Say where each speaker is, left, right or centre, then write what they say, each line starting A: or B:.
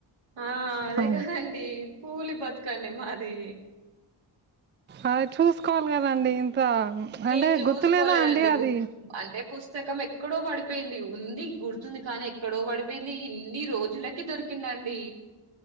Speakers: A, on the right; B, on the right.
A: ఆ అదే
B: అవును.
A: కదండి కూలీ బతుకండి మాది
B: ఆ చూస్కోవాల్ కదండి కా
A: నేను
B: అంటే
A: చూసుకోలేదండి
B: గుర్తు లేదా అండి అది
A: బుక్ అంటే పుస్తకం ఎక్కడో పడిపోయింది ఉంది గుర్తుంది కానీ ఎక్కడో పడిపోయింది ఇన్ని రోజులకి దొరికిందండి.